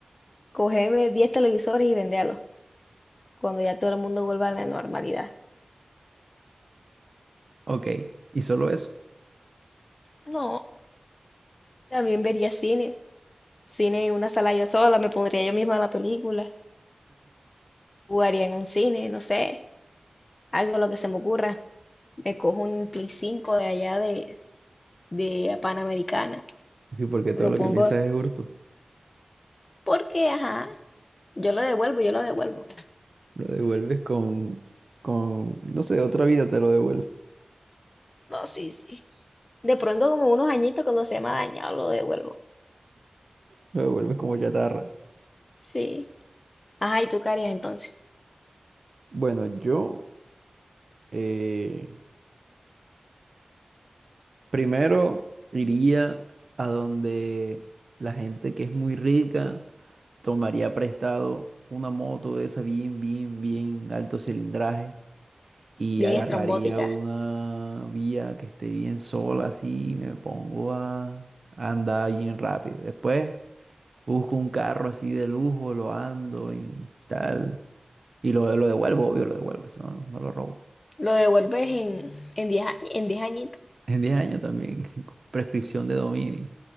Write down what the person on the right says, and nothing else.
Ok, y solo eso.
Y porque
todo lo
que piensas es hurto.
Lo devuelves con, con, no sé, otra vida te lo devuelve.
Lo devuelves como chatarra.
Bueno, yo, eh, Primero iría a donde la gente que es muy rica tomaría prestado una moto de esa bien, bien, bien alto cilindraje y
agarraría
una vía que esté bien sola así y me pongo a, a andar bien rápido. Después busco un carro así de lujo, lo ando y tal y lo, lo devuelvo, obvio, lo devuelvo, eso no, no lo robo.
En 10 años también, <laughs> prescripción de dominio.